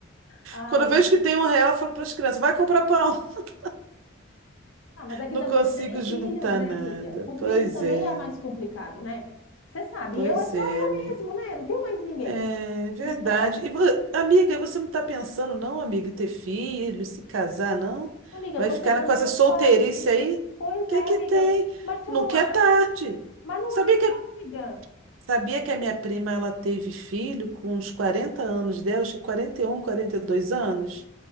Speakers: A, on the left; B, on the right.
A: Ai,
B: Quando eu vejo
A: amiga.
B: que tem um real, eu falo para as crianças, vai comprar pão. <laughs>
A: Ah, mas aqui
B: Não
A: também
B: consigo
A: você tem
B: juntar
A: filhos, né,
B: nada.
A: amiga? Com
B: Pois
A: filhos também
B: é,
A: é mais complicado, né? Você sabe,
B: pois
A: eu é só
B: é,
A: eu
B: amiga.
A: mesmo, né? Não tenho mais ninguém.
B: É verdade.
A: Então
B: E, vo- amiga, e você não está pensando, não, amiga, em ter filho, se casar, não?
A: Amiga,
B: Vai
A: tô
B: ficar
A: chegando
B: com essa
A: nos
B: solteirice
A: 40.
B: aí?
A: Pois
B: O que
A: é,
B: que
A: amiga.
B: tem?
A: Mas se
B: Nunca
A: eu não acho,
B: é tarde.
A: mas não
B: Sabia
A: acho,
B: que
A: amiga.
B: Sabia que a minha prima ela teve filho com uns 40 anos dela, acho que 41, 42 anos?